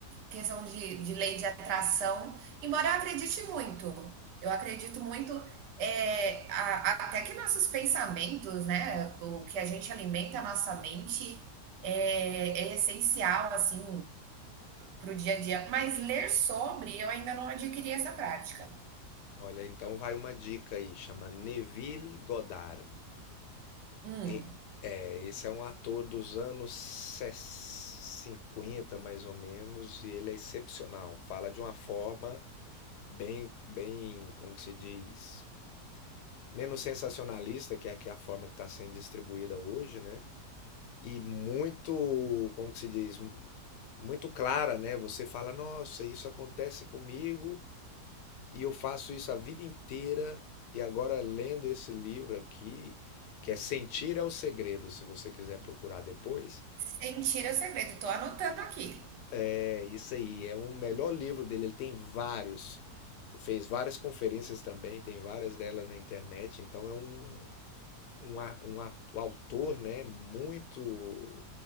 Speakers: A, on the right; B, on the left.
A: questão de, de lei de atração, embora eu acredite muito. Eu acredito muito é, a- a- até que nossos pensamentos, né, o que a gente alimenta a nossa mente é, é essencial, assim, para o dia a dia. Mas ler sobre, eu ainda não adquiri essa prática.
B: Olha, então vai uma dica aí, chama Neville Goddard.
A: Hum,
B: E- É, esse é um ator dos anos ses- 50 mais ou menos, e ele é excepcional. Fala de uma forma bem, bem, como que se diz? Menos sensacionalista, que é que é a forma que está sendo distribuída hoje, né? E muito, como que se diz? Mu- Muito clara, né? Você fala, nossa, isso acontece comigo, e eu faço isso a vida inteira. E agora, lendo esse livro aqui, que é Sentir é o Segredo, se você quiser procurar depois,
A: Sem é segredo, tô anotando aqui.
B: é isso aí. É o melhor livro dele. Ele tem vários. fez várias conferências também, tem várias delas na internet. Então, é um, um, a- um, a- um autor, né, muito,